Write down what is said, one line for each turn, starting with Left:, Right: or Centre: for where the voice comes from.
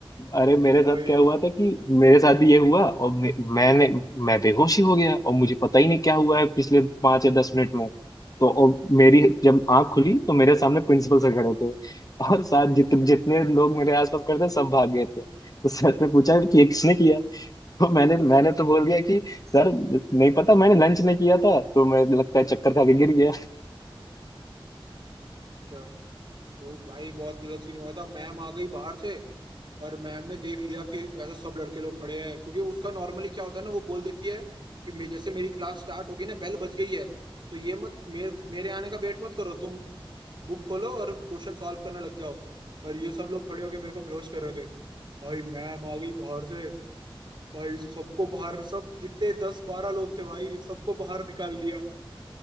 Left: अरे मेरे
Right: भाई
Left: साथ क्या हुआ था कि मेरे साथ भी ये हुआ और मैं, मैंने मैं बेहोश ही हो गया और मुझे पता ही नहीं क्या हुआ है पिछले पाँच या दस मिनट में तो और मेरी जब आंख खुली तो मेरे सामने प्रिंसिपल सर खड़े थे <laughs> और साथ जित, जितने लोग मेरे आसपास खड़े थे सब भाग गए थे तो सर ने पूछा कि ये किसने किया तो मैंने मैंने तो बोल दिया कि सर नहीं पता मैंने लंच नहीं किया था तो मैं लगता है चक्कर खा के गिर गया
Right: अच्छा तो भाई बहुत गलत सीन हुआ था मैम आ गई बाहर से और मैम ने देख लिया कि ऐसे सब लड़के लोग खड़े हैं क्योंकि उसका नॉर्मली क्या होता है ना वो बोल देती है कि मैं जैसे मेरी क्लास स्टार्ट होगी ना बेल बज गई है तो ये मत मेरे मेरे आने का वेट मत करो तुम बुक खोलो और क्वेश्चन सॉल्व करने लग जाओ और ये सब लोग खड़े होके मेरे को बेहोश कर रहे थे भाई मैम आ गई बाहर से भाई सबको बाहर सब जितने दस बारह लोग थे भाई सबको बाहर निकाल दिया